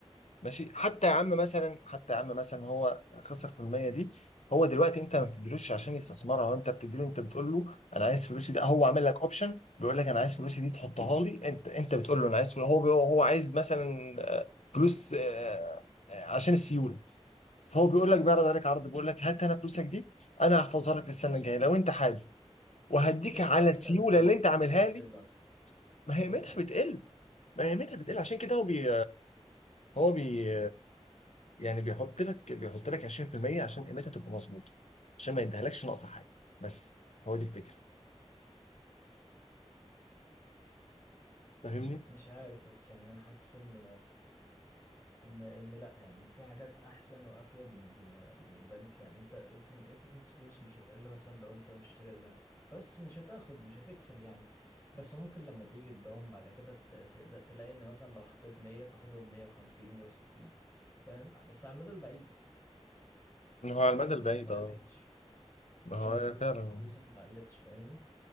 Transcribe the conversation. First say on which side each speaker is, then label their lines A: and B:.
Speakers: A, on the left; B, on the left.
A: ماشي حتى يا عم مثلا حتى يا عم مثلا هو خسر في المية دي هو دلوقتي انت ما بتديلوش عشان يستثمرها وانت بتديله انت بتقول له انا عايز فلوسي ده هو عامل لك اوبشن بيقول لك انا عايز فلوسي دي تحطها لي انت انت بتقول له انا عايز فلوسي هو بي- هو عايز مثلا آه، فلوس آه، آه، عشان السيوله فهو بيقول لك بيعرض عليك عرض بيقول لك هات انا فلوسك دي انا هحفظها لك للسنه الجايه لو انت حابب وهديك
B: يا اسطى
A: على
B: قيمتها
A: السيوله
B: بتقل
A: اللي انت عاملها
B: قيمتها بتقل
A: لي
B: اصلا
A: ما هي قيمتها
B: قيمتها بتقل
A: بتقل ما هي قيمتها بتقل عشان كده هو بي هو بي يعني بيحط لك بيحط لك 20% عشان قيمتها تبقى مظبوطه عشان ما يديهالكش ناقصه حاجه بس هو دي الفكره فاهمني؟
B: مش عارف بس يعني انا حاسس ان ان ان لا يعني في حاجات احسن وافيد من ال- من البنك يعني انت قيمته قيمه الفلوس مش هتقل مثلا لو انت مشتري ذهب بس مش هتاخد مش هتكسب يعني بس ممكن لما تيجي تبيعهم بعد كده ت- تلا- تلاقي ان مثلا لو حطيت 100 تاخدهم 150 160 فاهم بس على المدى البعيد بس
A: إن
B: قيمه
A: هو على المدى
B: فلوسك
A: البعيد
B: ما
A: اه
B: قلتش بس
A: ما
B: قيمه
A: هو
B: فلوتك-
A: فعلا
B: فلوسك ما قلتش فاهمني